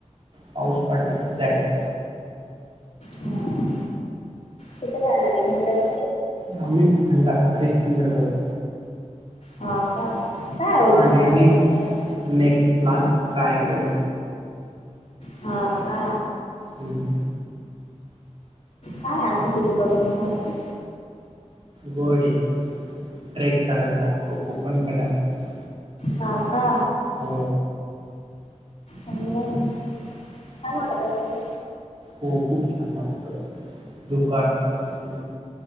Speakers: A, on the right (about 45°); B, on the left (about 55°).
A: पाऊस पडला की जायच
B: ह कुठे जाणार आहे भंडण
A: मम्मी नमिन हड हरीिश्चंद्र गड
B: हाऊ का काय हो तिथं
A: आणि
B: असं
A: न
B: बघण्यासारखं
A: नेक्स्ट प्लान रायगडी
B: ह का
A: हम्म
B: काय असं तिथे बघण्यासारखं
A: गोडे ट्रेक करायला लागतो ओपन करायला लागतो
B: ह का
A: हो
B: चांगलं छान वाट असेल
A: हो खूप छान वाटत धुक असतात